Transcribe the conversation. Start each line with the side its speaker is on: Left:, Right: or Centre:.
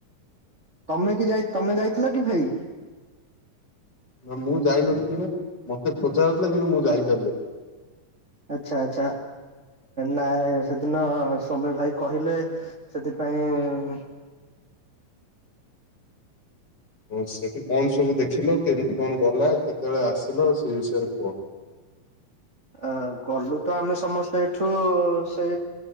Right: ତମେ କି ଯାଇ ତମେ ଯାଇଥିଲ କି ଭାଇ?
Left: ନା ମୁଁ ଯାଇନଥିଲି ବା ମତେ ଖୋଜା ହଉଥିଲା କିନ୍ତୁ ମୁଁ ଯାଇପାରିଲିନି।
Right: ଆଚ୍ଛା ଆଚ୍ଛା ନାଇଁ ସେଦିନ ସୋମ୍ୟ ଭାଇ କହିଲେ ସେଥିପାଇଁ
Left: ହ ସେଠି କଣ ସବୁ ଦେଖିଲ କେମିତି କଣ ଗଲା କେତେବେଳେ ଆସିଲ ସେଇ ବିଷୟରେ କୁହ?
Right: ଆ ଗଲୁ ତ ଆମେ ସମସ୍ତେ ଏଇଠୁ ସେ